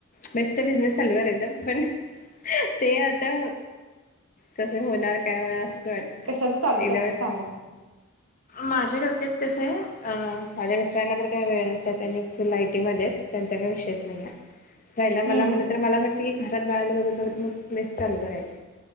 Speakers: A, on the left; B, on the right.
A: बेस्ट बिझनेस चालू करायचा पण ते आता कस होणार काय होणार असं पण वाटत
B: कशाचं चालू
A: एकदा
B: करता
A: वाट
B: सांगा?
A: माझ्या डोक्यात कस हाय माझ्या मिस्टरांना तर काही वेळ नसतोय. त्यांनी आयटी मध्ये त्यांचा काही विषयच नाही आहे. रायला मला
B: हं,
A: म्हटलं
B: हं.
A: तर मला अस वाटतं की घरात बाळाला बघत बघत मग चालू करायच.